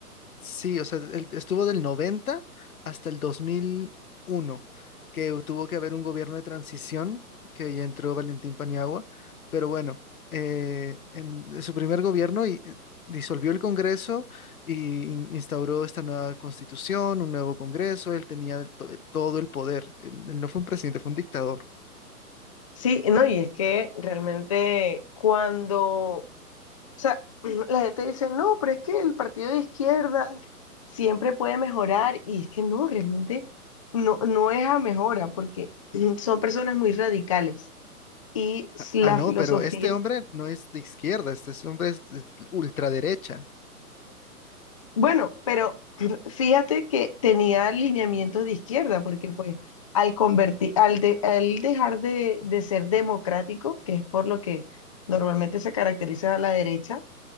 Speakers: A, on the left; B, on the left.
A: Sí, o sea, él estuvo del 90 hasta el dos mil uno, que tuvo que haber un gobierno de transición, que ahí entró Valentín Paniagua, pero bueno, eh, en su primer gobierno y- eh, disolvió el Congreso y in- instauró esta nueva constitución, un nuevo Congreso, él tenía to- todo el poder, él, él no fue un presidente, fue un dictador.
B: Sí, no, y es que realmente cuando, o sea, <clears throat> la gente dice, no, pero es que el partido de izquierda siempre puede mejorar, y es que no, realmente no, no es a mejora, porque <clears throat> son personas muy radicales y s- la
A: Ah, no,
B: filosofía
A: pero este hombre no es de izquierda, este es- hombre es de ultraderecha,
B: Bueno, pero <clears throat> fíjate que tenía alineamiento de izquierda, porque pues al convertir, al, de- al dejar de, de ser democrático, que es por lo que normalmente se caracteriza a la derecha,